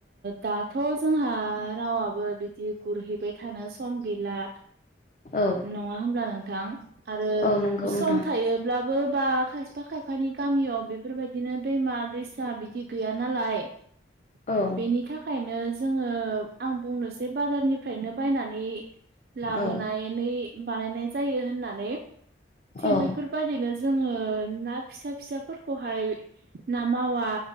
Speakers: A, on the right; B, on the left.
A: दाथ' जोंहा रावाबो बि बि गुरहैबाय थानो सम गैला।
B: औ
A: नङा होमब्ला नोंथां आरो
B: औ नंगौ
A: सम
B: नोंथां
A: थायोब्लाबो बा खायफा-खायफानि गामियाव बेफोरबायदिनो दैमा-दैसा बिदि गैया नालाय। <inaudible>
B: औ
A: बेनि थाखाय थाखायनो जोंङो आं बुंनोसै बाजारनिफ्रायनो बायनानै लाबोनानै
B: औ
A: बानायनाय जायो होननानै, थिग
B: औ
A: बेफोरबायदिनो जोंङो ना फिसा- फिसाफोरखौवहाय ना मावा,